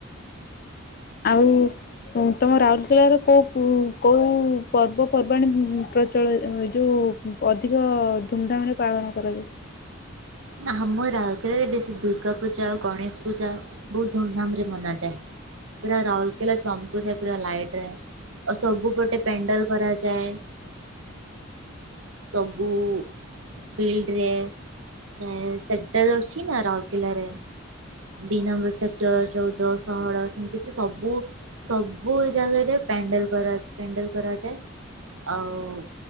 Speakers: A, on the left (about 45°); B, on the right (about 80°).
A: ଆଉ ତମ ରାଉରକେଲାର କୋଉ କୋଉ ପର୍ବ ପର୍ବାଣି ପ୍ରଚଳ ଯୋଉ ଅଧିକ ଧୁମଧାମରେ ପାଳନ କରାଯାଏ?
B: ହ ଆମ ରାଉରକେଲାରେ ବେଶୀ ଦୁର୍ଗା ପୂଜା ଆଉ ଗଣେଶ ପୂଜା ବହୁତ ଧୁମଧାମରେ ମନାଯାଏ। ପୁରା ରାଉରକେଲା ଚମକୁ ଥାଏ ପୁରା ଲାଇଟରେ। ଆଉ ସବୁ ପଟେ ପ୍ୟାଣ୍ଡଲ କରାଯାଏ। ସବୁ ଫିଲ୍ଡରେ। ସେ ସେଣ୍ଟରରେ ଅଛି ନା ରାଉରକଲାରେ। ଦି ନମ୍ବର ସେକ୍ଟର ଚଉଦ ଷୋଳ ସେମିତି ତ ସବୁ ସବୁ ଜାଗାରେ ପ୍ୟାଣ୍ଡଲ କରା ପ୍ୟାଣ୍ଡଲ କରାଯାଏ। ଆଉ